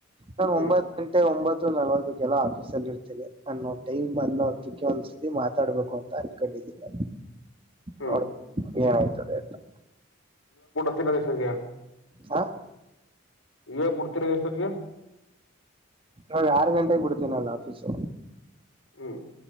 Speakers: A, on the right (about 25°); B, on the left (about 75°).
A: ನಾನ್
B: ಹ್ಮ್
A: ಒಂಬತ್ ಗಂಟೆ ಒಂಬತ್ತು ನಲ್ವತ್ತುಕೆಲ್ಲ ಆಫೀಸ್ ಅಲ್ ಇರ್ತಿನಿ ನಾನು ಟೈಮ್. ಅನ್ನೋತ್ತಕ್ಕೆ ಒಂದ್ಸತಿ ಮಾತಾಡ್ಬೇಕು ಅಂತ ಅನ್ಕೊಂಡಿದೀನಿ
B: ಹ್ಮ್
A: ನೋಡ್ಬೇಕು. ಏನಾಯ್ತದೆ ಅಂತ.
B: ತ್ರಿ ಪ್ರದೇಶಗ್ಯ.
A: ಹಾ
B: ಈವ ಬಡ್ತಿರ ಎಷ್ಟೊತಿಗೆ.
A: ನೋಡ್ ಆರು ಗಂಟೆಗೆ ಬಿಡ್ತೀನಿ ನಾನ್ ಆಫೀಸು.
B: ಹ್ಮ್